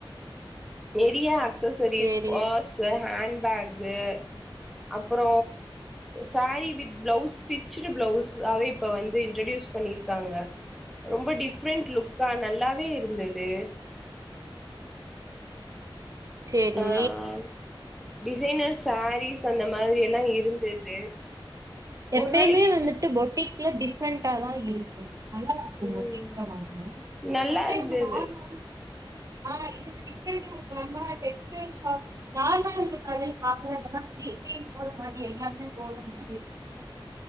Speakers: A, in the centre; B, on the right (about 40°).
A: நிறைய அக்ஸசரிஸ்
B: சேரி
A: பார்ஸ் ஹண்ட் பேக் க்கு அப்பற sari with blouse stitched blouse அத இப்ப வந்து இன்ட்ரடியூஸ் பண்ணிருக்காங்க ரொம்ப டிஃப்ரெண்ட் லுக்கா நல்லாவே இருந்தது
B: சேரி
A: ஆஹ் டிசைனர்ஸ் சாரீஸ் அந்த மாரி எல்லாம் இருந்தது
B: எப்பயுமே
A: ஒரு நாளைக்கு
B: வந்துட்டு பொட்டிக் லா டிஃப்ரெண்டா தான் இருக்கும் நல்லா இருக்கும்
A: ம்
B: பொட்டிக் வாங்கும்
A: நல்லா
B: அதுவே
A: இருந்தது
B: அந்த நார்மல் ஆஹ் இதுக்கு டிஷன் இருக்கு நம்ம டெக்ஸ்டைல் ஷாப் நான் நான் இந்த கடை பாக்குறப்பல்லாம் சொல்லி <unintelligible> எல்லாமே <unintelligible> உம்